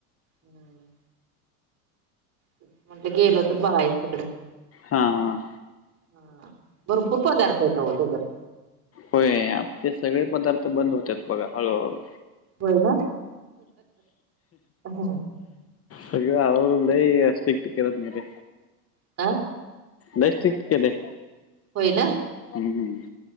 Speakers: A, on the right; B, on the left.
A: हू म्हटलं गेलो तर बघायचं. तिकड
B: हां, हां.
A: हा भरपूर पदार्थ आहेत अहो त्याच्यात.
B: होय ते सगळे पदार्थ बंद होतात बघा हळूहळू.
A: होय ना हा.
B: सगळ हळूहळू लई स्ट्रिक्ट करत नेलय.
A: अ.
B: लई स्ट्रिक्ट केलंय.
A: व्हय ना!
B: हम् हम्.